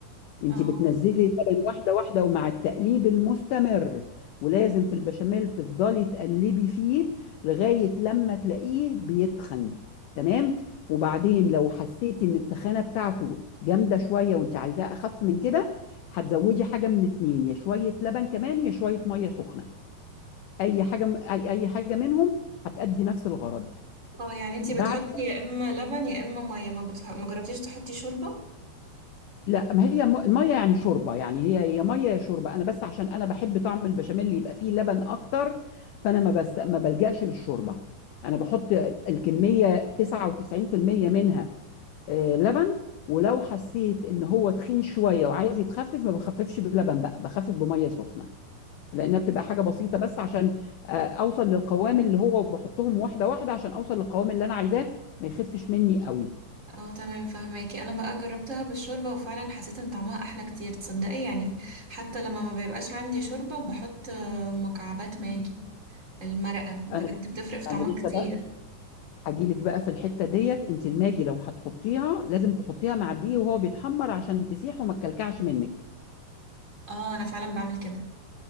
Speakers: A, on the left; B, on the right.
A: انت
B: اه
A: بتنزلي اللبن واحده واحده ومع التقليب المستمر ولازم في البشاميل تفضلي تقلبي فيه لغايه لما تلاقيه بيتخن تمام وبعدين لو حسيتي ان التخانه بتاعته جامده شويه وانت عايزاه اخف من كده هتزودي حاجه من اتنين يا شويه لبن كمان يا شويه ميه سخنه اي حاجه اي اي حاجه منهم هتأدي نفس الغرض
B: اه يعني انتي
A: بعد
B: بتحطي يا اما لبن يا اما مية ما, بتح... ما جربتيش تحطي شوربة
A: لا ما هي م- الميه يعني شوربه يعني هي هي ميه يا شوربه انا بس عشان انا بحب طعم البشاميل اللي يبقى فيه لبن اكتر فانا ما بست... ما بلجأش للشوربه انا بحط الكميه 99% منها آه، لبن ولو حسيت ان هو تخين شويه وعايز يتخفف ما بخففش بلبن بقى بخفف بميه سخنه لانها بتبقى حاجه بسيطه بس عشان آه، اوصل للقوام اللي هو بحطهم واحده واحده عشان اوصل للقوام اللي انا عايزاه ما يخفش مني قوي
B: اه تمام فهماكي انا بقى جربتها بالشوربة وفعلا حسيت ان طعمها احلى كتير تصدقي يعني حتى لما ما بيبقاش عندي شوربة بحط آه، مكعبات ماجي المرقة بجد
A: انا
B: بتفرق في طعمها
A: انا لسه
B: كتير
A: هاجيلك بقى في الحتة ديت انت الماجي لو هتحطيها لازم تحطيها مع الدقيق وهو بيتحمر عشان تسيح وما تكلكعش منك
B: اه انا فعلا بعمل كده